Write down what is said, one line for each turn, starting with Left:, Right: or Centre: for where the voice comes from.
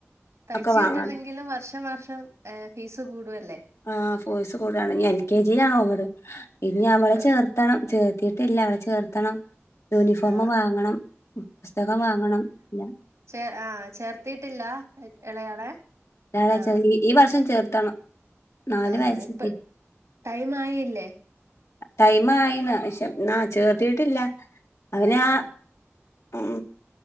Right: തയ്ച്ച്ട്ടെണങ്കിലും
Left: ഒക്കെ വാങ്ങാൻ
Right: വർഷം വർഷം ഏഹ് ഫീസ് കൂടുവല്ലേ
Left: ആഹ് ഫോയ്സ് കൂടാണ് ഇഞ്ഞ് എൽ കെ ജി ലാണ് ഓവർ ഇനി ഞാൻ പറിയാ
Right: ആഹ്
Left: ചേർ ത്തണം ചേർത്തിട്ടില്ല അവളെ ചേർത്തണം യൂനിഫോമ്
Right: ആഹ്
Left: വാങ്ങണം ഉം പുസ്തകം വാങ്ങണം ഇല്ല
Right: ചേർ ആഹ് ചേർത്തിട്ടില്ല ഏഹ് എളയാളെ
Left: ത്താച്ചാല്
Right: ആഹ്
Left: ഈ ഈ വർഷം ചേർത്തണം നാല്
Right: ആഹ്
Left: വയസ്സ്
Right: ഇപ്പെ ടൈമായില്ലേ
Left: ഏഹ് ടൈമായിന്ന് പക്ഷേന്നാ ചേർത്തീട്ടില്ല അവന്
Right: ആഹ്
Left: ആ
Right: ആഹ്
Left: ഉം